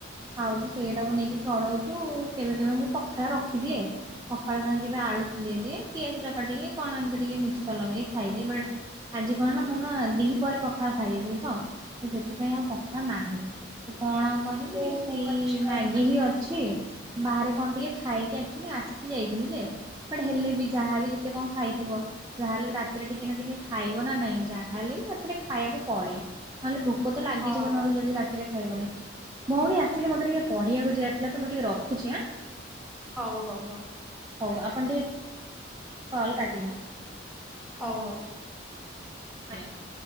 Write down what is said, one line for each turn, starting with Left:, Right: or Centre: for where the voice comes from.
Right: ଖାଉଚୁ ସେଇଟାକୁ ନେଇକି ଚଳଉଚୁ କେବେ କେବେ ମୁଁ ପଖାଳ ରଖିଦିଏ। ପଖାଳ ସାଙ୍ଗେ କେବେ ଆଳୁ ସିଝେଇ ଦିଏ ପିଆଜ ଚପାଟିକି କଣ ଏମିତି ଟିକେ ମିଶ୍ଚର ଲଗେଇ ଖାଇଦିଏ ବଟ୍ ଆଜି କଣ ନା ମୁଁ ନା ଦି ପହରେ ପଖାଳ ଖାଇ ଦେଇଥିଲି ତ ସେଥିପାଇଁ ଆଉ ପଖାଳ ନାହିଁ। କଣ କରିବି
Centre: ଓହୋ
Right: ସେଇ
Centre: ଆଚ୍ଛା
Right: ମ୍ୟାଗି କି ଅଛି ବାହାରେ କଣ ଟିକେ ଖାଇକି <unintelligible> ଆସି ଯାଇଥିଲି ଯେ ବଟ ହେଲେ ବି ଯାହାବି ଯେତେ କଣ ଖାଇଥିବ ଯାହାହେଲେ ରାତିରେ ଟିକେ ନା ଟିକେ ଖାଇବ ନା ନାଇଁ ଯାହାହେଲେ ବି ରାତିରେ ଖାଇବାକୁ ପଡେ ନହେଲେ ଭୋକ ଭୋକ ତ ଲାଗଯିବ
Centre: ହଁ
Right: ନଲେ ଯଦିରାତିରେ ଖାଇବନି ଭୋଉଣୀ <unintelligible> ମତେ ଟିକେ ପଢ଼ିବାକୁ ଯିବାର ଥିଲା ତ ମୁଁ ଟିକେ ରଖୁଚି ଆଁ।
Centre: ହୋଉ ହୋଉ ହୋଉ।
Right: ହୋଉ ଆପଣ ଟିକେ କଲ କାଟିି <unintelligible>
Centre: ହୋଉ ହୋଉ।
Right: <unintelligible>